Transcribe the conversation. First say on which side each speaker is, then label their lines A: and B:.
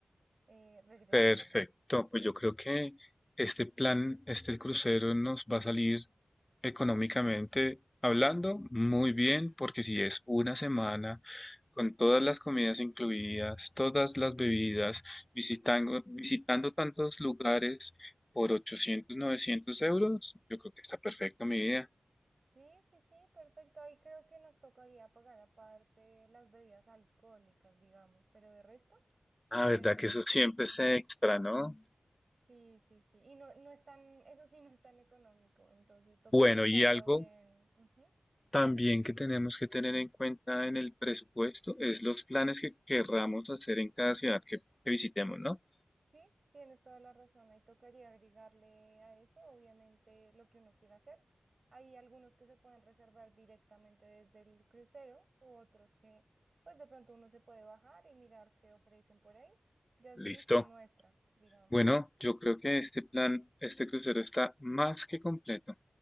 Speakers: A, on the right (about 80°); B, on the left (about 25°).
A: eh, regresando.
B: Perfecto,
A: Ujú.
B: pues yo creo que este plan, este crucero nos va a salir económicamente hablando muy bien, porque si es una semana con todas las comidas incluidas, todas las bebidas, visitando, visitando tantos lugares por 800, 900 euros, yo creo que está perfecto mi idea.
A: Sí, sí, sí, perfecto. Ahí creo que nos tocaría pagar aparte las bebidas alcohólicas, digamos, pero de resto,
B: Ah,
A: pues
B: verdad que eso siempre
A: ujú.
B: se extra, ¿no?
A: Sí, sí, sí. Y no, no es tan, eso sí no es tan económico, entonces toca
B: Bueno,
A: pensarlo
B: y algo
A: bien. Ujú.
B: También que tenemos que tener en cuenta en el presupuesto es los planes que querramos hacer en cada ciudad que, que visitemos, ¿no?
A: Sí, tienes toda la razón. Ahí tocaría agregarle a eso, obviamente, lo que uno quiera hacer. Hay algunos que se pueden reservar directamente desde el crucero u otros que, pues de pronto uno se puede bajar y mirar qué ofrecen por ahí. Ya es
B: Listo.
A: decisión nuestra, digamos.
B: Bueno, yo creo que este plan, este crucero está más que completo.